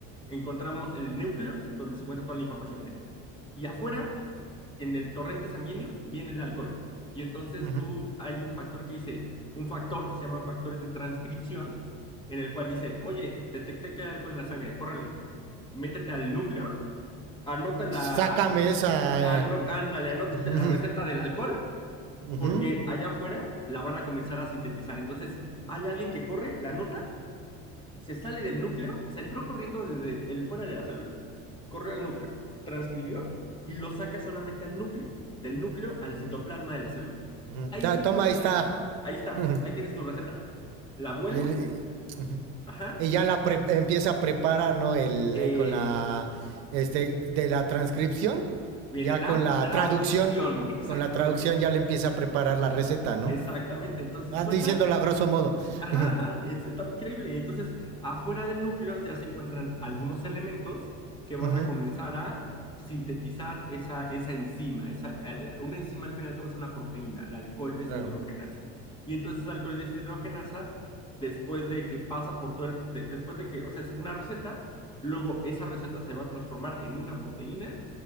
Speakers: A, on the left (about 15°); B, on the right (about 85°).
A: Encontramos el núcleo, donde se encuentra toda la información genética. Y afuera, en el torrente sanguíneo, viene el alcohol. Y entonces
B: ujú.
A: tú, hay un factor que dice, un factor que se llaman factores de transcripción, en el cual dice, oye, detecté que hay alcohol en la sangre, córrele, métete al núcleo, anota la,
B: Sácame esa.
A: ano-
B: eh,
A: ándale, anótate
B: <laughs> ujú,
A: la receta del alcohol
B: ujú,
A: porque allá afuera la van a comenzar a sintetizar. Entonces, hay alguien que corre, la nota se sale del núcleo, o sea, entró corriendo desde el, el fuera de la célula, corrió al núcleo, transcribió y lo saca solamente al núcleo, del núcleo al
B: ujú.
A: citoplasma de la célula.
B: Ujú.
A: Ahí
B: Ya,
A: se
B: toma,
A: encuentra,
B: ahí está.
A: ahí está,
B: Ujú.
A: ahí tienes tu receta. La abuela,
B: Y, y- ujú.
A: ajá,
B: Y ya la pre- empieza a preparar, ¿no? El,
A: eh,
B: eh, con la, este, de la transcripción,
A: viene
B: ya
A: la
B: con la
A: traducción,
B: traducción,
A: exactamente,
B: con la traducción ya le empieza a preparar la receta, ¿no?
A: exactamente. Entonces,
B: Vas
A: suelta
B: diciéndola a grosso modo.
A: Ajá,
B: Ujú.
A: ajá, es- estaba increíble. Y Entonces, afuera del núcleo ya se encuentran algunos
B: Ujú.
A: elementos que van
B: Ujú.
A: a comenzar a sintetizar esa, esa enzima. Esa, eh, una enzima al final que es una proteína, la alcohol deshidrogenasa.
B: Claro.
A: Y entonces, el alcohol deshidrogenasa, después de que pasa por todo el, de- después de que, o sea, es una receta, luego esa receta se va a transformar en una proteína